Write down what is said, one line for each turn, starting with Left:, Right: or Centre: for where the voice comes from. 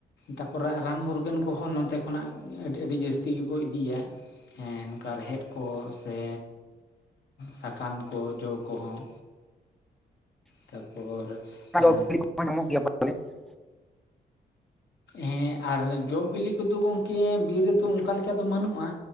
Left: ᱛᱟᱨᱯᱚᱨ ᱨᱟᱱ ᱢᱩᱨᱜᱟᱹᱱ ᱠᱚᱦᱚᱸ ᱱᱚᱛᱮ ᱠᱷᱚᱱᱟᱜ ᱟᱹᱰᱤ ᱟᱹᱰᱤ ᱡᱟᱹᱥᱛᱤ ᱜᱮᱠᱚ ᱤᱫᱤᱭᱟ᱾ ᱦᱮᱸ, ᱱᱚᱝᱠᱟ ᱨᱮᱦᱮᱫ ᱠᱚ ᱥᱮ ᱥᱟᱠᱟᱢ ᱠᱚ ᱡᱚ ᱠᱚᱦᱚᱸ᱾
Centre: <inaudible>
Left: ᱛᱟᱯᱚᱨ
Centre: ᱚᱱᱟ
Left: ᱟᱨ
Centre: <unintelligible>
Left: ᱦᱮᱸ ᱟᱨ ᱡᱚ ᱵᱤᱞᱤ ᱠᱚᱫᱚ ᱜᱚᱝᱠᱮ ᱵᱤᱨ ᱨᱮᱫᱚ ᱚᱝᱠᱟ ᱞᱮᱠᱟ ᱫᱚ ᱵᱟᱹᱱᱩᱜ-ᱟ᱾